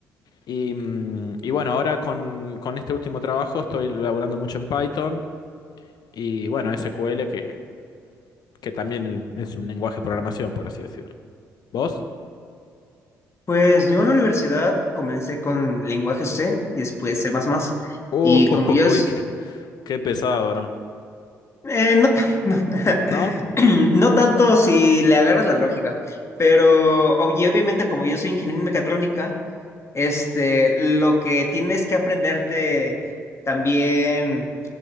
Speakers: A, on the left; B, on the left.
A: Y, mm, y bueno, ahora con, con este último trabajo estoy laburando mucho en Python y bueno, SQL que que también es un lenguaje de programación, por así decirlo. ¿Vos?
B: Pues yo en la universidad comencé con lenguaje C y después C++.
A: Uy,
B: Y como yo es...
A: qué, qué pesado, ¿no?
B: eh, no, <laughs> no,
A: ¿No?
B: <clears throat> no tanto si le agarras la lógica, pero ob- y obviamente como yo soy ingeniero en mecatrónica, este, lo que tienes que aprenderte también